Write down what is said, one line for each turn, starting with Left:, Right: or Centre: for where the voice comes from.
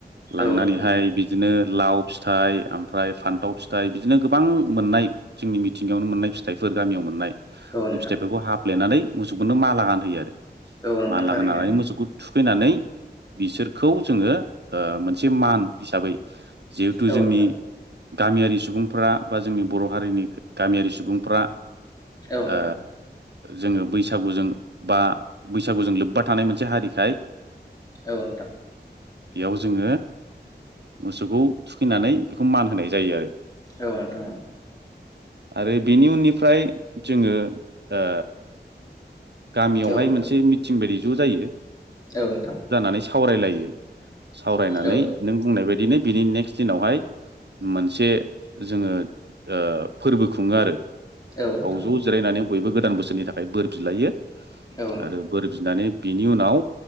Right: लांनानैहाय
Left: औ नोंथां
Right: बिदिनो लाव फिथाइ ओमफ्राय फान्थाव फिथाइ बिदिनो गोबां मोननाय जोंनि मिथिंगायावनो मोननाय फिथाइफोर गामियाव मोननाय
Left: औ
Right: बे
Left: नोंथां
Right: फिथाइफोरखौ हाफ्लेनानै मोसौफोरनो माला गानहोयो आरो।
Left: औ नोंथां
Right: माला
Left: थारैनो
Right: गनानै मोसौखौ थुखैनानै बिसोरखौ जोङो ओ मोनसे मान हिसाबै जिहेथु
Left: औ
Right: जोंनि
Left: नोंथां
Right: गामियारि सुबुंफ्रा बा जोंनि बर' हारिनि गामियारि सुबुंफ्रा
Left: औ
Right: ओ
Left: नोंथां
Right: जोङो बैसागुजों बा बैसागुजों लोब्बा थानाय मोनसे हारिखाय
Left: औ नोंथां
Right: बेयाव जोङो मोसौखौ थुखैनानै बेखौ मान होनाय जायो आरो
Left: औ नोंथां औ।
Right: आरो बेनि उननिफ्राय जोङो ओ गामियावहाय
Left: औ नोंथां
Right: मोनसे मिटिं बायदि ज' जायो।
Left: औ नोंथां
Right: नै सावरायलायो सावरायनानै
Left: औ
Right: नों बुंनाय बायदिनो बिनि नेक्स्ट दिनावहाय मोनसे जोङो ओ फोर्बो खुङो आरो।
Left: औ नोंथां
Right: बाव ज'
Left: औ
Right: जिरायनानै बयबो गोदान बोसोरनि थाखाय बोर बिलायो।
Left: नोंथां औ नोंथां
Right: आरो बोर बिनानै बिनि उनाव